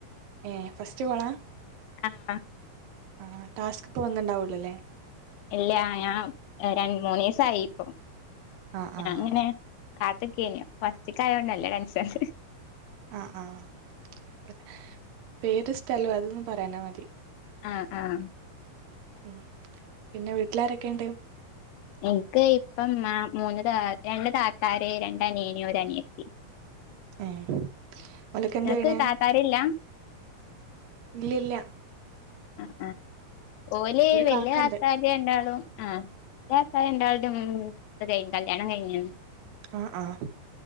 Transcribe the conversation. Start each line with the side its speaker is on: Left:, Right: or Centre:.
Right: ഏഹ് ഫസ്റ്റ് കോളാ
Left: ആഹ്
Right: ആഹ് ടാസ്ക്ക് ഇപ്പൊ വന്ന്ണ്ടാവൊള്ളൂ ലേ
Left: ഇല്ല ഞാൻ രൺ മൂന്നീസായി ഇപ്പം
Right: ആഹ്
Left: ഞാൻങ്ങനെ
Right: ആഹ്
Left: കാത്ത്ക്കേനി അപ്പൊ ഫസ്റ്റ്ക്കായോണ്ട് നല്ല ടെൻഷണ്ട്
Right: ആഹ് ആഹ് പേരും സ്ഥലും അതൊന്നും പറയാഞ്ഞാ മതി
Left: ആഹ് ആഹ്
Right: ഉം പിന്നെ വീട്ടിലാരൊക്കെണ്ട്
Left: ഇന്ക്ക് ഇപ്പഇമ്മാ മൂന്ന് താ രണ്ട് താത്താര് രണ്ട് അനിയന് ഒര് അനിയത്തി
Right: ഏഹ് ഓലൊക്കെന്തെയ്യ്ണെ
Left: നിനക്ക് താത്താരില്ല
Right: ഇന്റേലില്ല
Left: ആഹ് ആഹ് ഓല്
Right: ഒരു
Left: വല്ല്യ
Right: കാക്കണ്ട്
Left: താത്താ ര് രണ്ടാളും ആഹ് വല്യതാത്താര് രണ്ടാള്തും ഇത് കഴി കല്യാണം കഴിഞ്ഞ്ണ്
Right: ആഹ് ആഹ്